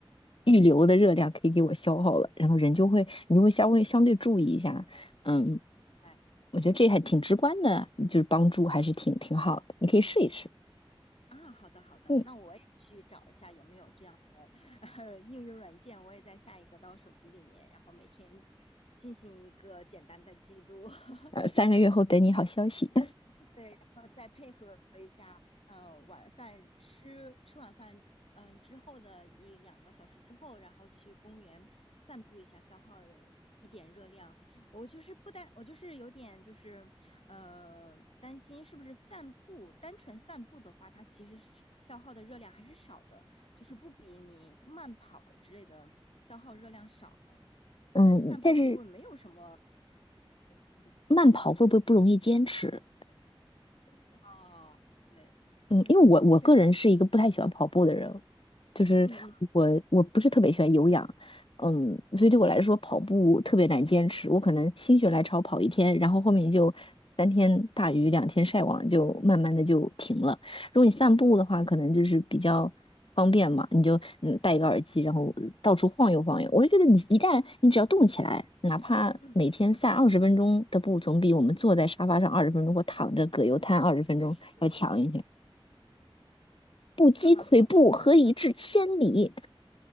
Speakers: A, on the left; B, on the left.
A: 预留的热量可以给我消耗了，然后人就会你就会稍微相对注意一下，嗯，
B: 哎。
A: 我觉得这还挺直观的，就是帮助还是挺挺好的，你可以试一试，
B: 啊，好的好的，
A: 嗯，
B: 那我也去找一下有没有这样的 <laughs> 呃应用软件，我也在下一个到手机里面，然后每天进行一个简单的记录。<laughs>
A: 呃，三个月后等你好消息，
B: 对，然后再配合一下呃晚饭吃吃晚饭。嗯，呃之后的一两个小时之后，然后去公园散步一下，消耗一点热量。我就是不担，我就是有点就是呃担心，是不是散步单纯散步的话，它其实是消耗的热量还是少的，就是不比你慢跑之类的消耗热量少呢？
A: <laughs> 嗯，
B: 就是散步会不会没有什么？
A: 但是慢跑会不会不容易坚持？
B: 哦，对，
A: 嗯，
B: 嗯嗯，
A: 因为我我个人是一个不太喜欢跑步的人，
B: 确实，
A: 就是我我不是特别喜欢有氧，
B: 嗯嗯。
A: 嗯，所以对我来说跑步特别难坚持。我可能心血来潮跑一天，然后后面就三天大鱼两天晒网，就慢慢的就停了。如果你散步的话，可能就是比较方便嘛，你就嗯戴一个耳机，然后到处晃悠晃悠。我就觉得你一旦你只要动起来，哪怕每天散二十分钟的步，
B: 嗯
A: 总比我们坐在沙发上二十分钟或躺着葛优瘫二十分钟要强一些。
B: 确实
A: 不积跬步，
B: 啊，好的好的，
A: 何以至千里？
B: 那